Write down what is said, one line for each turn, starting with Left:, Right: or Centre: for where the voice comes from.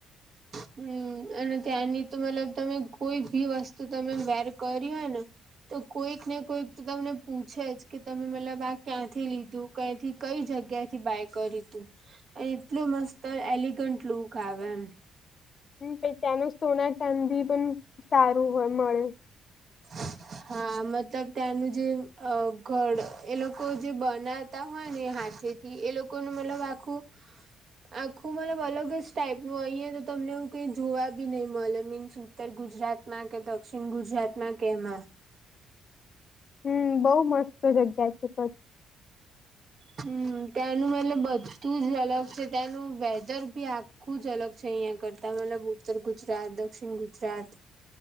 Right: હ. <inaudible> હમ અને ત્યાંની તો મતલબ તમે કોઈ ભી વસ્તુ તમે વેર કરી હોય ને. તો કોઈક ને કોઈક તો તમને પૂછે જ કે તમે મતલબ આ ક્યાંથી લીધું ક્યાથી કઈ જગ્યાથી બાય કરી્યું તું અને એટલું મસ્ત એલિગન્ટ લુક આવે એમ.
Left: હમ પ ત્યાંનું સોના ચાંદી પણ સારું હોય મળે.
Right: <inaudible> હા મતલબ ત્યાંનું જે ઘર એ લોકો જે બનાતા હોય ને હાથે એ લોકોનું મતલબ આખું આખું મતલબ અલગ જ ટાઈપ નું અં તો તમને એવું કઈ જોવા બી નહિ મતલ મીન્સ ઉતર ગુજરાતમાં કે દક્ષિણ ગુજરાતમાં કેમાં.
Left: હમ બઉુ મસ્ત જગ્યા છે કચ્છ.
Right: હમ ત્યાંનું એટલે બધું જ અલગ છે ત્યાંનું વેધર ભી આ ખુજ અલગ છે અહિયાં કરતા મતલબ ઉત્તર ગુજરાત દક્ષિણ ગુજરાત.